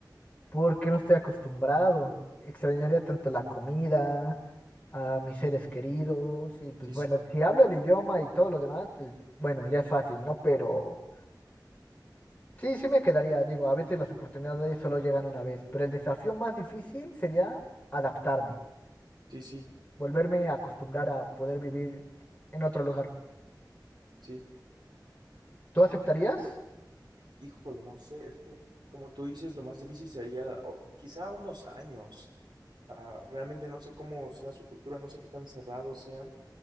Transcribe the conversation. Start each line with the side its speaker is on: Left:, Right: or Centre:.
Left: porque no estoy acostumbrado. Extrañaría tanto la comida, a mis seres queridos, y pues
Right: Sí,
Left: bueno,
Right: sí,
Left: si hablo el idioma y todo lo demás, pues bueno, ya es fácil, ¿no? Pero sí, sí me quedaría, digo, a veces las oportunidades solo llegan una vez, pero el desafío más difícil sería adaptarme,
Right: sí, sí,
Left: volverme a acostumbrar a poder vivir en otro lugar.
Right: sí.
Left: ¿Tú aceptarías?
Right: Híjole, no sé, es que como tú dices, lo más difícil sería o, quizá unos años. Ah, realmente no sé cómo sea su cultura, no sé qué tan cerrados sean